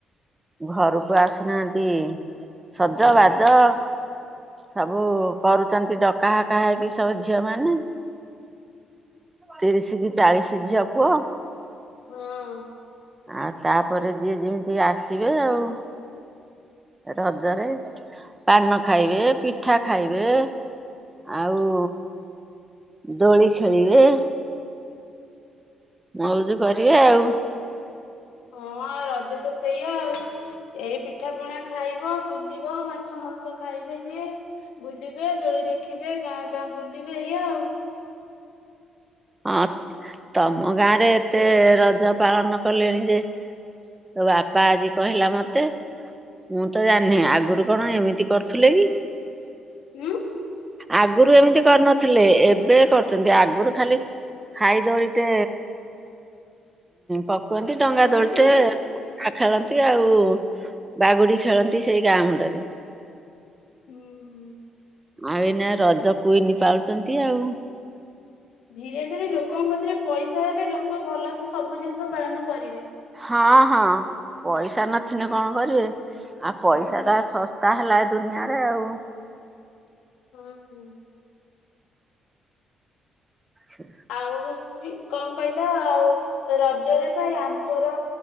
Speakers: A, on the right; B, on the left.
A: ଘରକୁ ଆସୁନାହାନ୍ତି ସଜ ବାଜ। ସବୁ କରୁଛନ୍ତି ଡକା ହକା ହେଇକି ସବୁ ଝିଅ ମାନେ ତିରିଶି କି ଚାଳିଶି ଝିଅ ପୁଅ।
B: ହଁ।
A: ଆଉ ତାପରେ ଯିଏ ଯେମିତି ଆସିବେ ଆଉ। ରଜରେ ପାନ ଖାଇବେ ପିଠା ଖାଇବେ। ଆଉ ଦୋଳି ଖେଳିବେ ମଉଜୁ କରିବେ ଆଉ।
B: ହଁ ଆଉ ରଜ ତ ସେଇଆ ଆଉ। ଏ ପିଠା ପଣା ଖାଇବ ବୁଲିବ ମାଛ ମାଂସ ଖାଇବେ ଯିଏ। ବୁଲିବେ ଦୋଳି ଦେଖିବେ ଗାଁ ଗାଁ ବୁଲିବେ ଏଇଆ ଆଉ।
A: ହଁ ତମ ଗାଁ ରେ ଏତେ ରଜ ପାଳନ କଲେଣି ଯେ ତୋ ବାପା ଆଜି କହିଲା ମତେ ମୁଁ ତ ଜାଣିନି ଆଗରୁ କଣ ଏମିତି କରୁଥିଲେ କି?
B: ଉଁ।
A: ଆଗରୁ ଏମିତି କରିନଥିଲେ ଏବେ କରୁଛନ୍ତି ଆଗରୁ ଖାଲି ଖାଇ ଦୋଳିଟେ ପକନ୍ତି ଡଙ୍ଗା
B: ଧୀରେ
A: ଦୋଳିଟେ
B: ଧୀରେ
A: ଆଖେଳନ୍ତି ଆଉ ବାଗୁଡି ଖେଳନ୍ତି ସେଇ ଗାଁ ମୁଣ୍ଡରେ।
B: ହୁଁ ହୁଁ।
A: ଆଉ ଏଇନା ରଜ କୁଇନ ପାଳୁଛନ୍ତି ଆଉ।
B: ଧୀରେ ଧୀରେ ଲୋକଙ୍କ ପାଖରେ ପଇସା ହେଲେ ଲୋକ ଭଲସେ ସବୁ ଜିନିଷ ପାଳନ କରିବେ।
A: ହଁ ହଁ ପଇସା ନଥିନେ କଣ କରିବେ? ଆ ପଇସା
B: ହୁଁ
A: ଟା ଶସ୍ତା ହେଲା ଦୁନିଆରେ ଆଉ।
B: ହୁଁ ହୁଁ।
A: ସୋ
B: ଆଉ କଣ କହିଲ ଆଉ ରଜରେ ବା ଆଙ୍କର